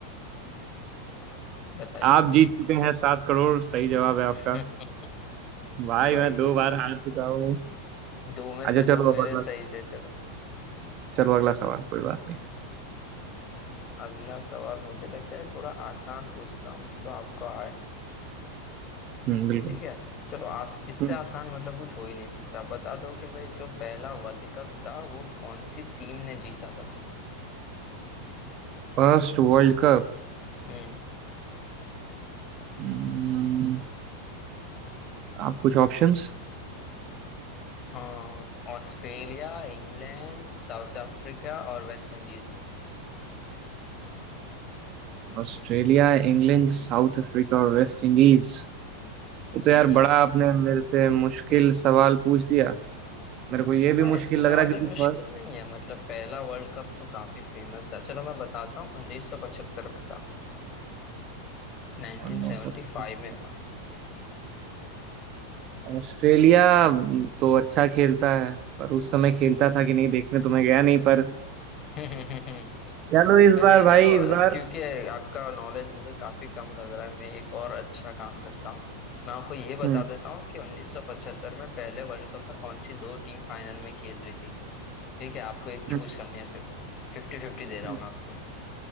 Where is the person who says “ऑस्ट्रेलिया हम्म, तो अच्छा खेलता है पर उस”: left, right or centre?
Right